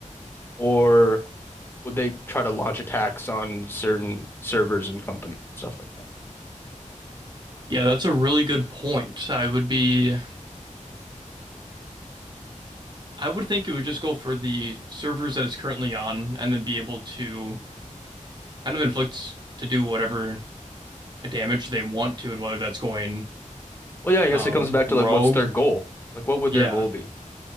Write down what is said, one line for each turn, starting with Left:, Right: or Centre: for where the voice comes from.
Left: or would they try to launch attacks on certain servers and companies and stuff like that?
Right: yeah, that's a really good point. I would be, I would think it would just go for the servers that it's currently on, and then be able to kind of inflict to do whatever damage they want to, and whether that's going
Left: Well, yeah, I guess
Right: um,
Left: it comes back
Right: rogue.
Left: to like what's their goal? Like what would
Right: Yeah,
Left: their goal be?